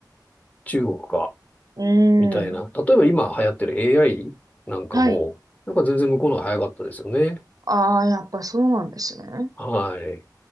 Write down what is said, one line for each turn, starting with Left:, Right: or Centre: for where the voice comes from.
Left: 中国か、
Right: うー
Left: みたいな。
Right: ん。
Left: 例えば今流行ってる AI なんかも、
Right: はい。
Left: なんか全然向こうの方が早かったですよね。
Right: ああ、やっぱそうなんですね。
Left: はい。